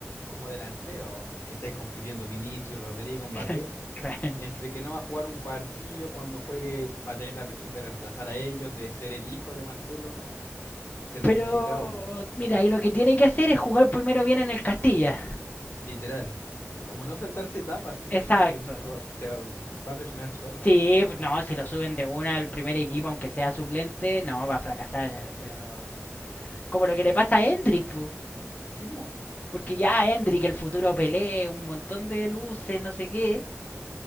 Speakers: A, on the left (about 65°); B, on the left (about 30°).
A: como delantero, eh, que estáis compitiendo Vinicius, Rodrigo, Mbappé,
B: <laughs> Claro.
A: entre que no va a jugar un partido, cuando juegue va a tener la presión de reemplazar a ellos, de ser el hijo de Marcelo, ser
B: Pero,
A: complicado, po.
B: mira, y lo que tiene que hacer es jugar primero bien en el Castilla.
A: Literal. Como no saltarse etapas, si no
B: Exacto.
A: siento que se va, se va va a presionar solo.
B: Sí, no, si lo suben de una al primer equipo, aunque sea suplente, no, va a fracasar. Pero, como lo que le pasa a Hendrik, po.
A: Sí, po.
B: porque ya Hendrik, el futuro Pelé, un montón de luces, no sé qué.